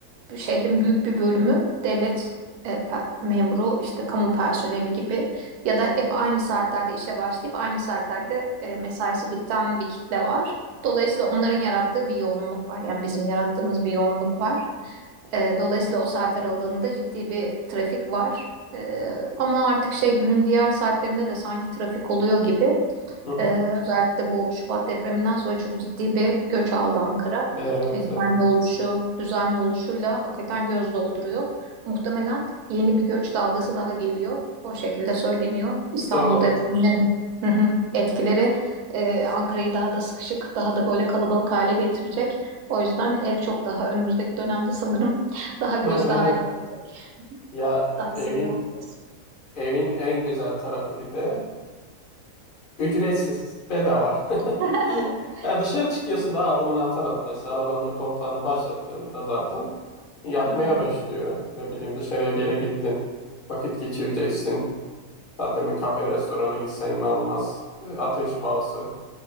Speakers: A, on the right; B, on the left.
A: şehrin büyük bir bölümü devlet e, pe- memuru, işte kamu personeli gibi ya da hep aynı saatlerde işe başlayıp aynı saatlerde e, mesaisi biten bir kitle var. Dolayısıyla onların yarattığı bir yoğunluk var. Yani bizim yarattığımız bir yoğunluk var. E, dolayısıyla o saat aralığında ciddi bir trafik var. Ee, ama artık şey günün diğer saatlerinde de sanki trafik oluyor gibi.
B: hı hı.
A: Ee, özellikle bu Şubat depreminden sonra çok ciddi bir göç aldı Ankara.
B: Evet,
A: Ee, güvenli
B: evet.
A: oluşu, düzenli oluşuyla hakikaten göz dolduruyor. Muhtemelen yeni bir göç dalgası daha geliyor. O şekilde söyleniyor. İstanbul
B: Doğru.
A: depreminin hı hı, etkileri e, Ankara'yı daha da sıkışık, daha da böyle kalabalık hale getirecek. O yüzden ev çok daha önümüzdeki dönemde sanırım <laughs> daha gözde
B: <laughs>
A: hale gelecek.
B: Ya
A: Daha
B: evin
A: seviyor olacağız.
B: evin en güzel tarafı bir de ücretsiz, bedava. <laughs>
A: <laughs>
B: Ya dışarı çıkıyorsun daha adımını atar atmaz. İşte arabanın kontağını başlattığında zaten yakmaya
A: Hı hı.
B: başlıyor. Ne bileyim dışarıya bir yere gittin, vakit geçireceksin. Zaten bir kafe restorana gitsen almaz. E, Ateş pahası.